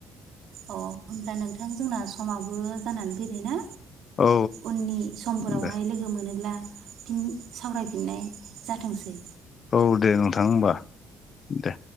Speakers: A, on the right; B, on the left.
A: अ होमब्ला नोंथां जोंना समाबो जानानै फैबायना
B: औ
A: उननि समफोरावहाय
B: दे
A: लोगो मोनोब्ला सावरायफिननाय जाथोंसै
B: औ <unintelligible> होमबा दे